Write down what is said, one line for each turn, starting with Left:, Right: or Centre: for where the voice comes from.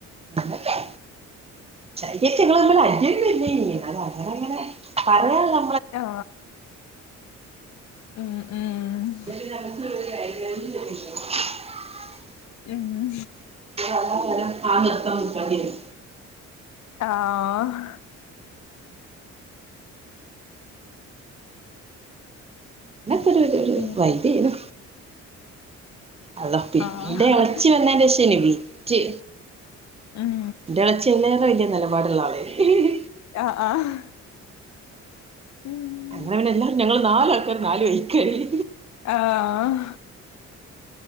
Right: വന്നില്ലെ <unintelligible> നമ്മള് തമ്മില് അടിയൊന്നും ഇല്ലായിരുന്നേ നി അങ്ങനെ അങ്ങനെ പറയാനുള്ള
Left: ആ ഹ് മ്മ്മ്മ്
Right: <inaudible>
Left: മ്മ്
Right: അല്ല ഒരാൾ ഫാൻനിർത്താൻ നിക്കേണ്ടിവരും
Left: ആ ഹ്
Right: അതൊരു രുരു
Left: പിന്നെ
Right: വൈബേനു അള്ളാ
Left: ആഹ്
Right: പിന്നെളെച്ചി എളച്ചി വന്നേനേഷനി വിറ്റ്
Left: ഉം
Right: ഇന്റെളെച്ചി അയിലേറെ വല്ല്യ നെലപാട്ള്ള ആളേനി ഹി ഹി
Left: ആഹ് ആഹ് ഉം
Right: അങ്ങനെ പിന്നെല്ലാരും ഞങ്ങള് നാല് ആൾക്കാരും നാല് വഴിക്കായി
Left: ആഹ്